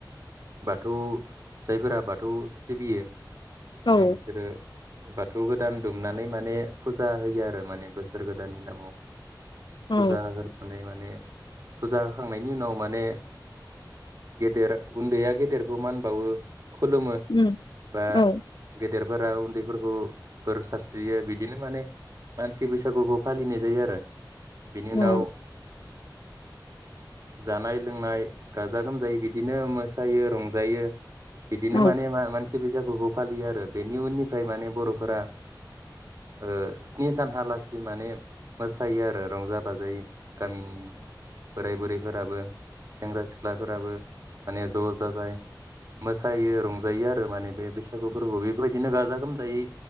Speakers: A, on the right; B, on the left.
A: बाथौ जायफोरा बाथौ सिबियो माने
B: औ
A: बिसोरो बाथौ गोदान दुमनानै माने फुजा होयो आरो माने बोसोर गोदाननि नामाव फुजा
B: औ
A: होनानै माने माने फुजा होखांनायनि उनाव माने गेदेर उन्दैया गेदेरखौ मान बावो। खुलुमो
B: उम
A: बा
B: औ
A: गे गेदेरफोरा उन्दैफोरखौ बोर सारस्रियो बिदिनो माने मानसि बैसागुखौ फालिनाय जायो आरो बेनि
B: औ
A: उनाव जानाय लोंनाय गाजा गोमजायै बिदिनो मोसायो रंजायो बिदिनो
B: औ
A: माने मा-मानसि बैसागुखौ फालियो आरो बेनि उननिफ्राय माने बर'फोरा ओ स्नि सानहाालासि माने मोसायो आरो रंजा बाजायै गामिनि बोराय बुरै फोराबो सेंग्रा सिख्लाफोराबो माने ज' जाजाय मोसायो रंजायो आरो माने बे बैसागु फोरबोआव बेफोरबायदिनो गाजा गोमजायै